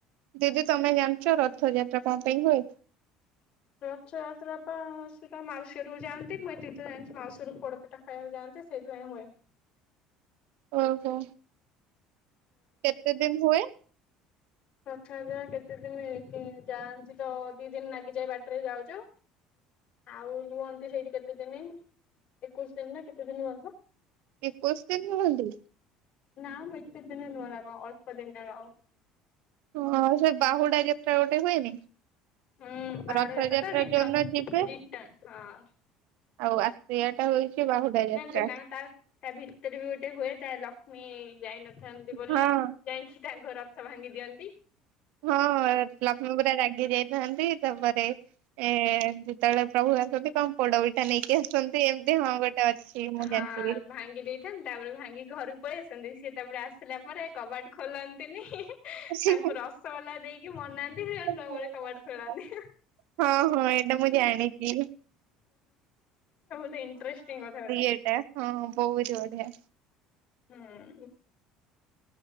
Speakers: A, on the right (about 70°); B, on the left (about 50°).
A: ଦିଦି ତମେ ଜାଣିଛ ରଥଯାତ୍ରା କଣ ପାଇଁ ହୁଏ।
B: ରଥଯାତ୍ରା ସେଟା ମାଉସୀରୁୁ ଯାଆନ୍ତି ମୁଁ ଏତ ତ ଜାଣି ମାଉସୀରୁୁ ପୋଡପଟା ଖାଇବାକୁ ଯାଆନ୍ତି। ସେଇଥି ପାଈଁ ହୁଏ।
A: ଓହୋ କେତେ ଦିନ ହୁଏ।
B: ପ୍ରଥା ଯ କେତେ ଦିନ ଏ ଯାଆନ୍ତି ତ ଦି ଦିନ ଲାଗିଯାଏ ବାଟରେ ଯାଉ ଯାଉ। ଆଉ ହୁଅନ୍ତି ସେଇଠି କେତେ ଦିନ ଏକୋଇଶ ଦିନ ନା କେତେ ଦିନ ରୁହନ୍ତି ଵା।
A: ଏକୋଇଶି ଦିନ ହୁଅନ୍ତି
B: ନାଁ ମୁଁ ଏତେ ଦିନେ ନୁହଁ ଆଗ ଅଳ୍ପ ଦିନ ଆଉ।
A: ହଁ ସେ ବାହୁଡା ଯେତ୍ରା ଗୋଟେ ହୁଏନି।
B: ହୁଁ ବାହୁଡା
A: ରଥଯାତ୍ରା
B: ଯାତ୍ରା ତ ରିଟର୍ଣ
A: ଯୋଉନା ଯିବେ।
B: ରିଟର୍ଣ ହଁ।
A: ଆଉ ଆସିଆ ଟା ହେଇଛି ବାହୁଡା
B: ଜାଣିଛ
A: ଯାତ୍ରା।
B: ତାଙ୍କ ତା ତା ଭିତରେ ବି ଗୋଟେ ହୁଏ ତା ଲକ୍ଷ୍ମୀ ଯାଇନଥାନ୍ତି ବୋଲି
A: ହଁ।
B: ଯାଇକି ତାଙ୍କ ରଥ ଭାଙ୍ଗି ଦିଅନ୍ତି।
A: ହଁ ଲକ୍ଷ୍ମୀ ପୁରା ରାଗି ଯାଇଥାନ୍ତି ତାପରେ ଏ ଯେତେବେଳେ ପ୍ରଭୁ ଆସନ୍ତି କଣ ପୋଡ ନେଇକି ଆସୁଛନ୍ତି ଏମିତି ହଁ ଗୋଟେ ଅଛି ମୁଁ
B: ହଁ
A: ଜାଣିଥିଲି।
B: ଭାଙ୍ଗି ଦେଇଥାନ୍ତି ତାପରେ ଭାଙ୍ଗି ଘରକୁ ପଳେଇ ଆସନ୍ତି ସିଏ ତାପରେ ଆସ ଆସିଲା ପରେ କବାଟ ଖୋଲନ୍ତିନି
A: ହେଁ
B: ତାଙ୍କୁ ରସଗୋଲା ଦେଇକି ମନାନ୍ତି।
A: ହେଁ।
B: କବାଟ ଖୋଲାନ୍ତି।
A: ହଁ ହଁ ଏଇଟା ମୁଁ ଜାଣିଚି।
B: ବହୁତ ଇଣ୍ଟ୍ରେଷ୍ଟିଂ କଥା ଗୁଡ଼ା।
A: ଏଟା ହଁ ବୋହୁତ ବଢିଆ।
B: ହୁଁ।